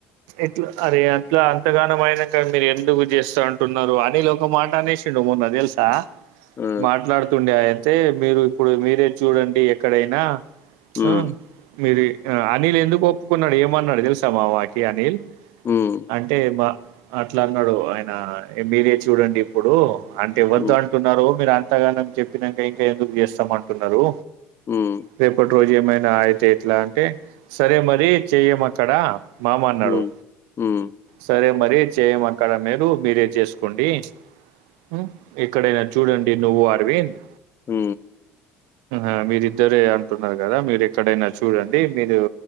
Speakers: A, on the right (about 65°); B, on the left (about 35°).
A: అట్లా అరే అట్లా అంతగానం అయినా కా మీరు ఎందుకు చేస్తా అంటున్నారు అనిల్ ఒక మాట అనేసిండు మొన్న తెలుసా
B: ఆ,
A: మాట్లాడుతుండే అ అయితే మీరు ఇప్పుడు మీరే చూడండి ఎక్కడైనా
B: హ్మ్,
A: ఆ మీరు ఆ అనిల్ ఎందుకు ఒప్పుకున్నాడు ఏమన్నాడు తెలుసామా వాకి అనిల్
B: హ్మ్,
A: అంటే బ అట్లా అన్నాడు ఆయన ఎంబీఏ చూడండి ఇప్పుడు అంటే ఇవ్వద్దు
B: హ్మ్,
A: అంటున్నారు మీరు అంతగానం చెప్పినాక ఇంకా ఎందుకు చేస్తాం అంటున్నారు
B: హ్మ్,
A: రేపటి రోజు ఏమైనా అయితే ఎట్లా అంటే సరే మరి చెయ్యం అక్కడ మామా అనాడు
B: హ్మ్, హ్మ్,
A: సరే మరి చెయ్యం అక్కడ మీరు మీరే చేసుకోండి ఉ ఎక్కడైనా చూడండి నువ్వు అర్వింద్
B: ఉ
A: ఆ మీరిద్దరే అంటున్నారు కదా మీరు ఎక్కడైనా చూడండి మీరు